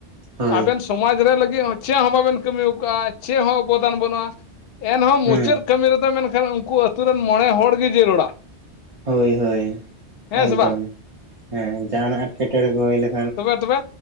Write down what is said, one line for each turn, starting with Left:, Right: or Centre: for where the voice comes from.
Right: ᱦᱳᱭ
Left: ᱟᱵᱮᱱ ᱥᱚᱢᱟᱡᱽ ᱨᱮ ᱞᱟᱹᱜᱤᱫ ᱦᱚᱸ ᱪᱮᱫ ᱦᱚᱸ ᱵᱟᱵᱮᱱ ᱠᱟᱹᱢᱤ ᱟᱠᱟᱜᱼᱟ ᱪᱮᱫ ᱦᱚᱸ ᱚᱵᱚᱫᱟᱱ ᱵᱟᱹᱱᱩᱜᱼᱟ ᱮᱱᱦᱚᱸ
Right: ᱦᱮᱸ
Left: ᱢᱩᱪᱟᱹᱫ ᱠᱟᱹᱢᱤ ᱨᱮᱫᱚ ᱢᱮᱱᱠᱷᱟᱱ ᱩᱱᱠᱩ ᱟᱛᱩ ᱨᱮᱱ ᱢᱚᱬᱮ ᱦᱚᱲ ᱜᱮ ᱡᱟᱹᱨᱩᱲᱟ᱾
Right: ᱦᱳᱭ ᱦᱳᱭ
Left: ᱦᱮᱸ
Right: ᱮᱠᱫᱚᱢ
Left: ᱥᱮ ᱵᱟᱝ
Right: ᱦᱮᱸ ᱡᱟᱦᱟᱱᱟᱜ ᱮᱴᱠᱮᱴᱚᱬᱮ ᱠᱚ ᱦᱳᱭ ᱞᱮᱠᱷ
Left: ᱛᱚᱵᱮ ᱛᱚᱵᱮ